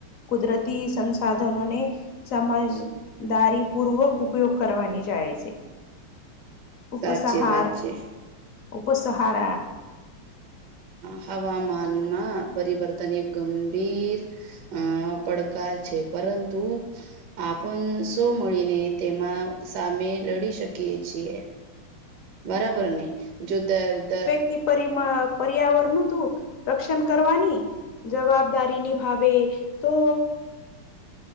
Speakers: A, on the left; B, on the right.
A: કુદરતી સંસાધનોને સમજદારી પૂર્વક ઉપયોગ કરવાની જાય છે. ઉપસાહાર
B: સાચી વાત છે
A: ઉપસાહાર
B: હ હવામાનમાં પરિવર્તન એક ગંભીર અ પડકાર છે પરંતુ આપણ સો મળીને તેમાં સામે લડી શકીએ છીએ. બરાબર નહી જો દર દર
A: પર પર્યાવરણ ન તું રક્ષણ કરવાની. જવાબદારી નિભાવે તો